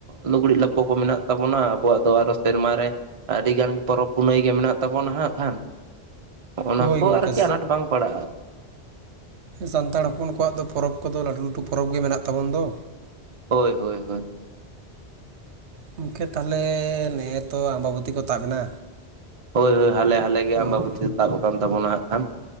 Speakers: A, on the right; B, on the right.
A: ᱞᱩᱜᱽᱲᱤᱡ ᱞᱟᱯᱚ ᱠᱚ ᱢᱮᱱᱟᱜ ᱛᱟᱵᱚᱱᱟ ᱟᱵᱚᱣᱟᱜ ᱫᱚ ᱟᱨᱚ ᱥᱮᱨᱢᱟᱨ ᱨᱮ ᱟᱹᱰᱤᱜᱟᱱ ᱯᱚᱨᱚᱵᱽ ᱯᱩᱱᱟᱹᱭ ᱜᱮ ᱢᱮᱱᱟᱜ ᱛᱟᱵᱚᱱᱟ ᱦᱟᱸᱜ ᱠᱷᱟᱱ᱾ ᱚᱱᱟ
B: ᱦᱳᱭ
A: ᱠᱚ
B: ᱜᱚᱢᱠᱮ
A: ᱟᱨᱠᱤ ᱟᱱᱟᱴ ᱵᱟᱝ ᱯᱟᱲᱟᱜᱼᱟ᱾
B: ᱥᱟᱱᱛᱟᱲ ᱦᱚᱯᱚᱱ ᱠᱚᱣᱟᱜ ᱫᱚ ᱯᱚᱨᱚᱵᱽ ᱠᱚᱫᱚ ᱞᱟᱹᱴᱩ ᱞᱟᱹᱴᱩ ᱯᱚᱨᱚᱵᱽ ᱜᱮ ᱢᱮᱱᱟᱜ ᱛᱟᱵᱚᱱ ᱫᱚ᱾
A: ᱦᱳᱭ ᱦᱳᱭ ᱦᱳᱭ᱾
B: ᱜᱚᱢᱠᱮ ᱛᱟᱦᱚᱞᱮ ᱱᱮᱜ-ᱮ ᱛᱚ ᱟᱢᱵᱟᱵᱚᱛᱤ ᱠᱚ ᱛᱟᱵᱽ ᱮᱱᱟ
A: ᱦᱳᱭ ᱦᱳᱭ ᱦᱟᱞᱮ ᱦᱟᱞᱮ ᱜᱮ
B: ᱦᱩᱸ,
A: ᱟᱢᱵᱟᱵᱚᱛᱤ ᱫᱚ ᱛᱟᱵ ᱟᱠᱟᱱ ᱛᱟᱵᱚᱱᱟ ᱦᱟᱸᱜ ᱠᱷᱟᱱ᱾